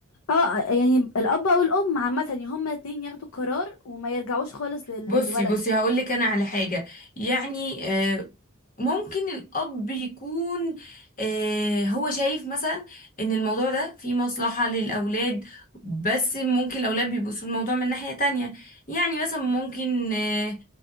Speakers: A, on the left; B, on the left.
A: اه آه، يعني الاب او الام عامه يعني هما الاتنين ياخدوا القرار وما يرجعوش خالص لل-
B: بصي
A: للولد
B: بصي هقولك أنا على حاجة يعني آه، ممكن الأب يكون آه، هو شايف مثلا إن الموضوع ده فيه مصلحة للأولاد بس ممكن الأولاد بيبصوا الموضوع من ناحية تانية يعني مثلا ممكن آه،